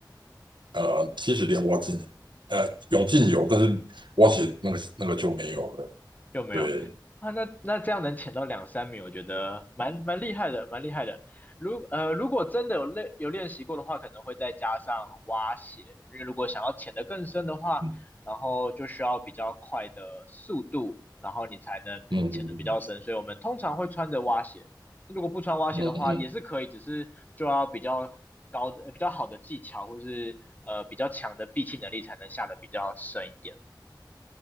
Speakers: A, on the right; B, on the left.
A: 呃，其实连蛙进呃，泳镜有，但是蛙鞋那个那个就没有了。
B: 就没有
A: 对，
B: 啊。那那这样能潜到两三米，我觉得蛮蛮厉害的，蛮厉害的。如呃，如果真的有练有练习过的话，可能会再加上蛙鞋，因为如果想要潜得更深的话，
A: 嗯
B: 然后就需要比较快的速度，然后你才能潜得比较深。
A: 嗯
B: 所以我们通常会穿着蛙鞋。如果不穿蛙鞋的话，
A: 嗯嗯。
B: 也是可以，
A: 嗯
B: 只是就要比较高的、呃比较好的技巧，或是呃比较强的闭气能力，才能下得比较深一点。